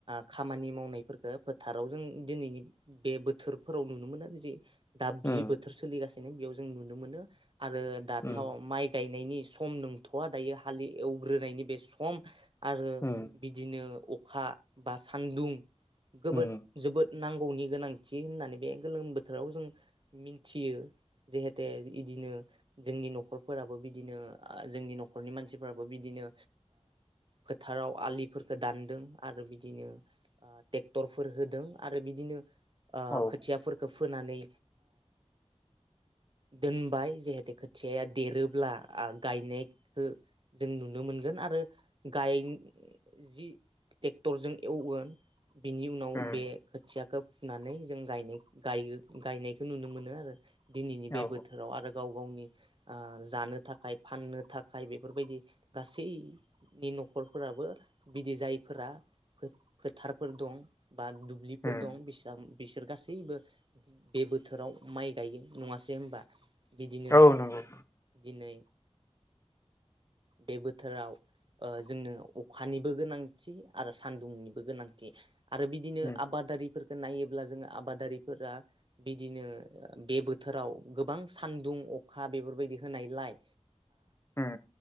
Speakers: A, on the right; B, on the left.
A: खामानि मावनायफोरखौ फोथाराव जों दिनैनि बे बोथोरफोराव नुनो मोनो बिदि दाबजि
B: उम
A: बो सिनो बेयाव जों नुनो मोनो आरो दाथ
B: उम
A: माइ गायनो नायनि सम नंथवा दायो हलि एवग्रोनायनि बे सम आरो
B: उम
A: बिदिनो अखा बा सान्दुं जबोद
B: उम
A: जोबोद नांगौनि गोनांथि होननानै बे गोलोम बोथोराव जों मि थियो जहेते बिदिनो जोंनि नखरफोराबो बिदिनो जोंनि नखरनि मानसिफोराबो बिदिनो फोथाराव आलिफोरफोरखौ दानदों आरो बिदिनो ट्रेक्टरफोर होदों आरो बिदिनो
B: औ
A: खोथियाफोरखो फोनानै दोनबाय जहेते खोथियाया देरोब्ला गायनायखौ जों नुनो मोनगोन आरो गाय जि ट्रेक्टरजों एवगोन बिनि उनाव
B: उम
A: बे खोथिया खौ फुनानै जों गायनायखौ नुनो मोनो आरो <inaudible> दिनैनि बे
B: औ
A: बोथोराव आरो गाव गावनि जानो थाखाय फाननो थाखाय बेफोरबायदि गासैनि नखर फोराबो बिदि जायो फोर फोथारफोर दं बा दुब्लिफोर
B: उम
A: दं बेसिबां बिसोर गासैबो बे बोथोराव माइ गायो नङासै होनबा बिदिनो
B: औ नंगौ
A: दिनै बे बोथोराव जोंनो अखानिबो गोनांथि आरो सानदुंनिबो गोनांथि आरो बिदिनो
B: उम
A: आबादारिफोरखो नायोब्ला जोङो आबादारिफोरा बिदिनो बे बोथोराव गोबां सानदुं अखा बेफोरबायदि होनायलाय
B: हम